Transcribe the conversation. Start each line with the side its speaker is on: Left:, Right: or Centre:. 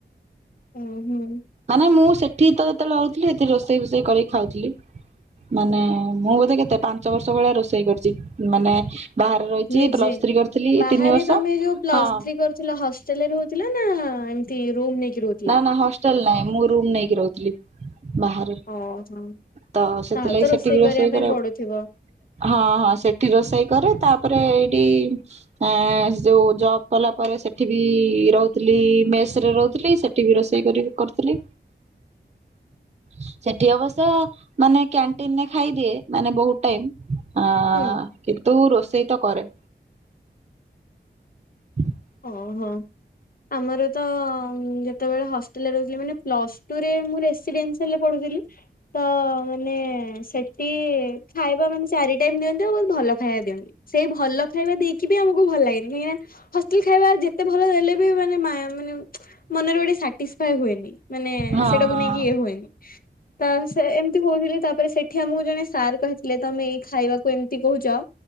Left: ହୁଁ ହୁଁ।
Right: ମାନେ ମୁଁ ସେଠି ତ ଯେତେବେଳେ ରହୁଥିଲି ସେଠି ରୋଷେଇ ଫୋଷେଇ କରି ଖାଉଥିଲି। ମାନେ ମୁଁ ବୋଧେ କେତେ ପାଞ୍ଚ ବର୍ଷ ଭଳିଆ ରୋଷେଇ କରିଚି ମାନେ ବାହାରେ ରହିଛି
Left: ନିଜେ
Right: ପ୍ଲସ ଥ୍ରୀ କରିଥିଲି
Left: ବାହାରେ
Right: ତିନି ବର୍ଷ
Left: ତମେ ଯୋଉ ପ୍ଲସ୍
Right: ହଁ
Left: ଥ୍ରୀ କରୁଥିଲ ହସ୍ ଲରେ ରହୁଥିଲ ନା ଏମିତି ରୁମ ନେଇକି ରହୁ
Right: ନା ନା ହଷ୍ଟେଲ ନାଇଁ ମୁଁ ରୁମ୍ ନେଇକି ରହୁଥିଲି। ବାହାରେ
Left: ଓହୋ।
Right: ତ ସେଥିଲାଗି
Left: ତାହେଲେ ତ
Right: ସେଠିକି ବି ରୋଷେଇ
Left: କରିବା ପାଇଁ
Right: କରିଆ
Left: ପଡୁଥିବ
Right: ହଁ ହଁ ସେଠି ରୋଷେଇ କରେ ତାପରେ ଏଇଟି ଏଁ ଯୋଉ ଜବ କଲା ପରେ ସେଠି ବି ରହୁଥିଲି ମେସରେ ରହୁଥିଲି ସେ ଟିବି ରୋଷେଇ କରି କରିଥିଲି। ସେଠି ଅବଶ୍ୟ ମାନେ କ୍ୟାଣ୍ଟିନରେ ଖାଇଦିଏ ମାନେ ବହୁତ୍ ଟାଇମ୍ ଆଁ ଆଁ
Left: ହୁଁ
Right: କିନ୍ତୁ ରୋଷେଇତ କରେ। <inaudible>
Left: ହଁ ହଁ। ଆମରତ ଯେତେବେଳେ ହଷ୍ଟେଲରେ ରହୁଥିଲେ ମାନେ ପ୍ଲସ୍ ଟୁ ରେ ମୁଁ ରେସିଡେନ୍ସି ସେଲେ ପଢୁଥିଲି ତ ମାନେ ସେଟି ଖାଇବା ମାନେ ଚାରି ଟାଇମ୍ ଦିଅନ୍ତି ଆଉ ବହୁତ୍ ଭଲ ଖାଇବା ଦିଅନ୍ତି ସେଇ ଭଲ ଖାଇବା ଦେଇକିବି ଆମକୁ ଭଲ ଲାଗେନି କାହିଁକିନା ହସ୍ ଟେଲ ଖାଇବା ଯେତେ ଭଲ ଦେଲେବି ମାନେ ମା ମାନେ ମନରେ ଗୋଟେ ସାଟିସଫାଏ ହୁଏନି ମାନେ
Right: ହଁ
Left: ସେଟାକୁ
Right: ହଁ।
Left: ନେଇକି ଇଏ ହୁଏନି ତ ସେ ଏମିତି ହଉଥିଲେ ତାପରେ ସେଠି ଆମକୁ ଜଣେ ସାର୍ କହିଥିଲେ ତମେ ଏଇ ଖାଇବାକୁ ଏମିତି କହୁଚ